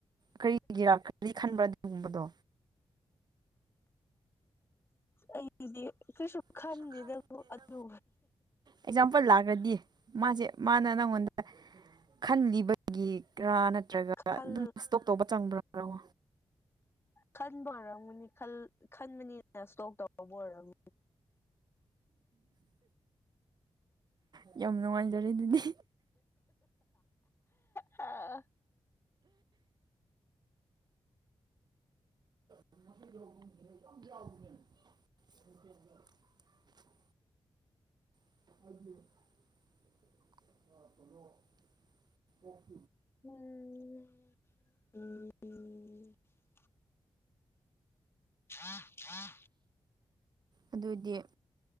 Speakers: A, on the right; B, on the left.
A: ꯀꯔꯤꯒꯤꯗꯤ ꯈꯟꯕ꯭ꯔ ꯑꯗꯨꯒꯨꯝꯕꯗꯣ
B: ꯑꯩꯗꯤ ꯀ꯭ꯔꯤꯁꯛ ꯈꯥꯟꯁꯤꯗꯕꯨ
A: ꯀꯩꯁꯨ ꯈꯟꯗꯦꯗ
B: ꯑꯗꯨ
A: ꯑꯦꯛꯖꯥꯝꯄꯜ ꯂꯥꯛꯈ꯭ꯔꯗꯤ ꯃꯥꯁꯦ ꯃꯥꯅ ꯅꯪꯉꯣꯟꯗ ꯈꯟꯕꯒꯤ ꯀꯦꯔꯥ ꯅꯠꯇ꯭ꯔꯒ
B: ꯈꯜ
A: ꯑꯗꯨꯝ ꯏꯁꯇꯣꯛ ꯇꯧꯕ ꯆꯪꯕ꯭ꯔꯔꯣ
B: ꯈꯟꯕꯔꯝꯅꯤ ꯈꯜ ꯈꯟꯕꯅꯤꯅ ꯏꯁꯇꯣꯛ ꯇꯕꯨ ꯑꯣꯏꯔꯝ
A: ꯎ ꯌꯥꯝ ꯅꯨꯡꯉꯥꯏꯖꯔꯦ ꯑꯗꯨꯗꯤ
B: ꯑ
A: <inaudible> <inaudible>
B: ꯎꯝ ꯑ ꯑꯥ
A: ꯑꯗꯨꯏꯗꯤ